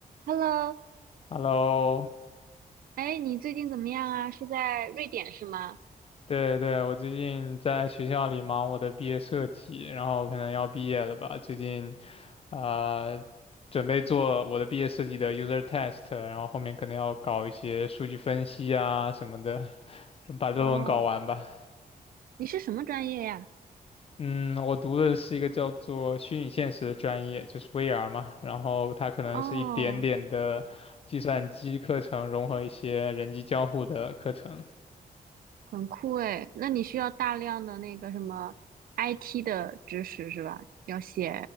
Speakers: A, on the right; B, on the left.
A: Hello，
B: Hello，
A: 哎，你最近怎么样啊？是在瑞典是吗？
B: 对对，我最近在学校里忙我的毕业设计，然后可能要毕业了吧。最近，呃，准备做我的毕业设计的 user test，然后后面可能要搞一些数据分析啊什么的，把论文搞完吧。
A: 哦，你是什么专业呀？
B: 嗯，我读的是一个叫做虚拟现实的专业，就是 VR 嘛，然后它可能是一点点的计算机课程融合一些人机交互的课程。
A: 哦，很酷哎，那你需要大量的那个什么 IT 的知识是吧？要写